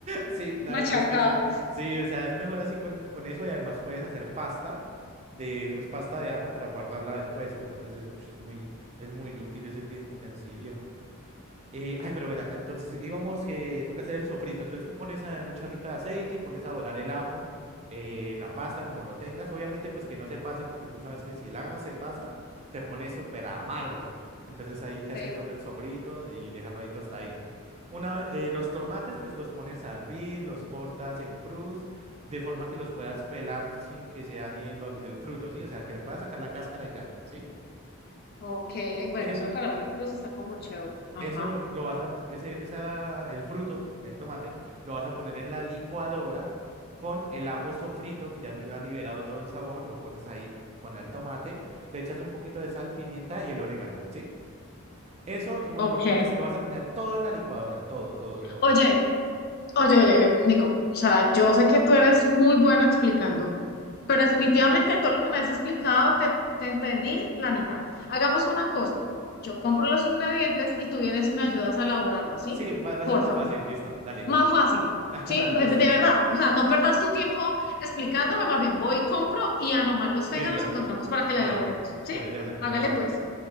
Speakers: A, on the right; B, on the left.
A: Sí, la
B: machacados.
A: verdad es que sí. Sí, o sea, es mejor así con, con eso y además puedes hacer pasta de, pues pasta de ajo para guardarla después. Entonces es, ush, es muy, es muy útil ese tien- utensilio. Eh, ay, pero verá, entonces íbamos que toca hacer el sofrito. Entonces tú pones eh, un chorrito de aceite y pones a dorar el ajo eh, en la pasta como lo tengas. Obviamente pues que no se pase porque tú sabes que si el ajo se pasa se pone súper amargo. Entonces hay que hacer
B: Eh,
A: solo el sofrito y dejarlo ahí tostadito. Una vez, eh, los tomates pues los pones a hervir, los cortas en cruz de forma que los puedas pelar sin que se dañe lo- el fruto, ¿sí? O sea, que le puedas sacar la cáscara y ya, ¿sí?
B: Ok, bueno,
A: Eso,
B: eso de pararlo en cruz está como chévere. Ajá.
A: eso lo, lo vas a, ese, esa, el fruto del tomate, lo vas a poner en la licuadora con el ajo sofrito, que ya le ha liberado todo el sabor, lo pones ahí con el tomate, le echas un poquito de sal, pimienta y el orégano, ¿sí? Eso lo, pon-
B: Ok.
A: lo pones, lo vas a poner todo en la licuadora, todo, todo, todo.
B: Oye, oye, oye, Nico, o sea, yo sé que tú eres muy bueno explicando Pero definitivamente de todo lo que me has explicado, te, te entendí la mitad. Hagamos una cosa. Yo compro los ingredientes y tú vienes y me ayudas a elaborarla, ¿sí?
A: Sí, va, va
B: Porfa.
A: a ser más fácil, listo, dale.
B: Más fácil.
A: <laughs>
B: Sí,
A: Listo,
B: de de verdad. O sea, no perdas tu tiempo explicándome, más bien voy, compro y a nomás los
A: listo,
B: tenga, nos encontramos
A: eh,
B: para que
A: dale,
B: la elaboremos. ¿Sí?
A: dale, de una, me
B: Hágale
A: parece.
B: pues.